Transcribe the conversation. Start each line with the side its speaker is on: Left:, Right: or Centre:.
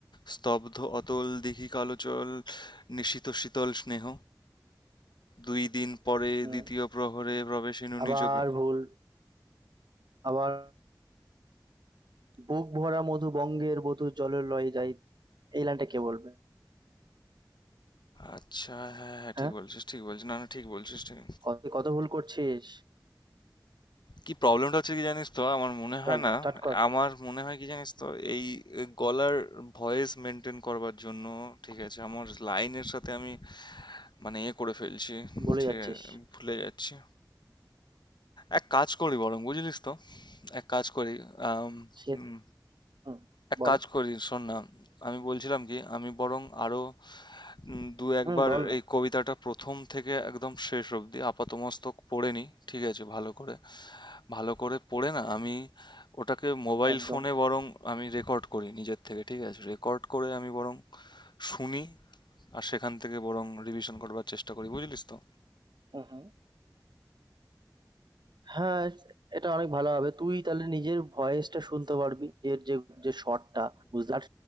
Left: স্তব্ধ অতল দিঘি কালোচল নিশীত শীতল স্নেহ দুই দিন পরে
Right: হুম
Left: দ্বিতীয় প্রহরে প্রবেশিনু
Right: আবার
Left: নিজ গ্রা-
Right: ভুল আবার বুক ভরা মধু বঙ্গের বধু জলের লয়ে যাই এই লাইনটা কে বলবে
Left: আচ্ছা হ্যাঁ হ্যাঁ
Right: হ্যাঁ
Left: ঠিক বলছিস ঠিক বলছিস না না ঠিক বলছিস ঠিক
Right: কত কত ভুল করছিস
Left: কি প্রবলেমটা হচ্ছে কি জানিস তো আমার মনে হয়
Right: চল
Left: না
Right: স্টার্ট কর
Left: আমার মনে হয় কি জানিস তো এই এ, গলার ভয়েস মেনটেন করবার জন্য ঠিক আছে আমার লাইনের সাথে আমি মানে এ করে ফেলছি
Right: ভুলে
Left: ঠিক
Right: যাচ্ছিস
Left: আছে ভুলে যাচ্ছি এক কাজ করি বরং বুঝলিস তো এক কাজ করি আম,
Right: সে
Left: হুম,
Right: হুম
Left: এক
Right: বল
Left: কাজ করি শোন না আমি বলছিলাম কি আমি বরং আরো উম, দু একবার
Right: হুম বল না
Left: এই কবিতাটা প্রথম থেকে একদম শেষ অবধি আপাতমস্তক পড়ে নি ঠিক আছে ভালো করে ভালো করে পড়ে না আমি ওটাকে মোবাইল
Right: একদম।
Left: ফোনে বরং আমি রেকর্ড করি নিজের থেকে ঠিক আছে রেকর্ড করে আমি বরং শুনি আর সেখান থেকে বরং রিভিশন করবার চেষ্টা করি বুঝলিস তো
Right: হুম, হুম। হ্যাঁ, এটা অনেক ভালো হবে। তুই তাহলে নিজের ভয়েসটা শুনতে পারবি। এর যে যে স্বরটা বুঝলি? আর